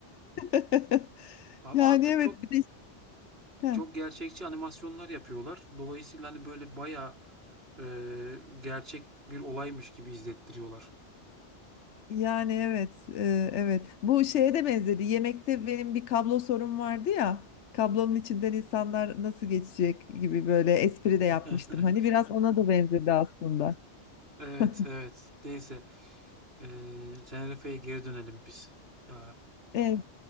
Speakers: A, on the left; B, on the right.
A: <laughs>
B: Ama
A: Yani
B: artık
A: evet
B: çok
A: bir de Heh.
B: çok gerçekçi animasyonlar yapıyorlar. Dolayısıyla hani böyle bayağı e, gerçek bir olaymış gibi izlettiriyorlar.
A: Yani evet, e, evet. Bu şeye de benzedi. Yemekte benim bir kablo sorun vardı ya. Kablonun içinden insanlar nasıl geçecek gibi böyle espri
B: <laughs>
A: de yapmıştım. Hani biraz ona da benzedi aslında.
B: Evet,
A: <laughs>
B: evet. Neyse. Ee, Tenerife'ye geri dönelim biz. Ee,
A: E,